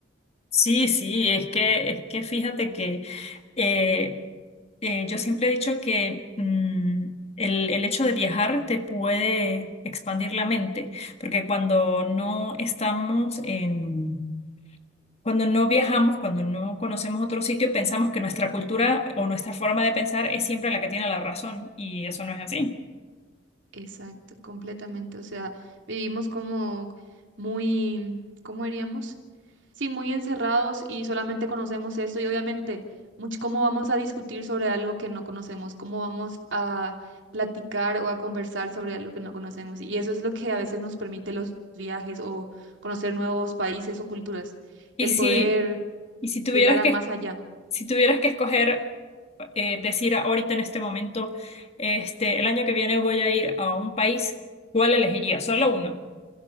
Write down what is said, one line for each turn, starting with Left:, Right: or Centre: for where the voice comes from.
Left: Sí, sí, es que, es que fíjate que eh, eh, yo siempre he dicho que mm, el, el hecho de viajar te puede expandir la mente, porque cuando no estamos en, cuando no viajamos, cuando no conocemos otro sitio, pensamos que nuestra cultura o nuestra forma de pensar es siempre la que tiene la razón, y eso no es así.
Right: Exacto, completamente. O sea, vivimos como muy, ¿cómo diríamos? Sí, muy encerrados y solamente conocemos esto y obviamente, much- ¿cómo vamos a discutir sobre algo que no conocemos? ¿Cómo vamos a platicar o a conversar sobre algo que no conocemos? Y eso es lo que a veces nos permite los viajes o conocer nuevos países o culturas,
Left: Y
Right: el
Left: si,
Right: poder
Left: y si tuvieras
Right: llegar a
Left: que
Right: más allá.
Left: Si tuvieras que escoger, eh, decir ahorita en este momento, este, el año que viene voy a ir a un país, ¿cuál elegiría? Solo uno.